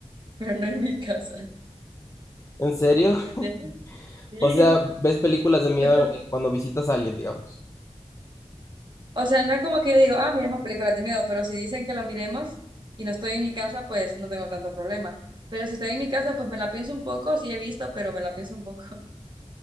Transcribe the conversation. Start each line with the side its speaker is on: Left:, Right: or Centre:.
Right: Pero no en mi casa.
Left: ¿en serio?
Right: ¿Entiendes?
Left: <laughs>
Right: Sí.
Left: O sea, ¿ves películas de miedo
Right: <laughs>
Left: eh, cuando visitas a alguien, digamos?
Right: O sea, no es como que yo digo, ah, miremos películas de miedo, pero si dicen que lo miremos y no estoy en mi casa, pues no tengo tanto problema. Pero si estoy en mi casa, pues me la pienso un poco, sí he visto, pero me la pienso un poco. <laughs>